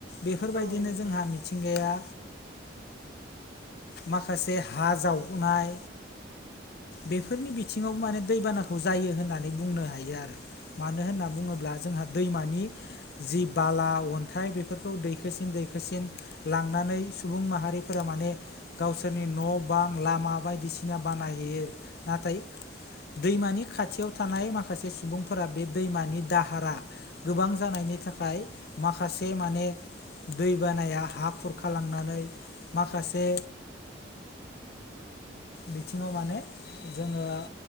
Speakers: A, on the left; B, on the right.
A: बेफोरबायदिनो
B: औ नंगौ
A: जोंहा
B: नोंथां।
A: मिथिंगाया माखासे हा जावगनाय बेफोरनि बिथिङाव माने दैबानाखौ जायो होननानै बुंनो हायो आरो। मानो होनना बुङोब्ला जोंहा दैमानि जि बाला अन्थाइ बे फोरखौ दैखोसिन दैखोसिन लांनानै सुबुं माहारिफोरा माने गावसोरनि न' बां लामा बायदिसिना बानायहैयो नाथाय दैमानि खाथियाव थानाय माखासे सुबुंफोरा बे दैमानि दाहारा गोबां जानायनि थाखाय माखासे माने दै बानाया हा खुरखालांनानै माखासे बिथिङाव माने जोङो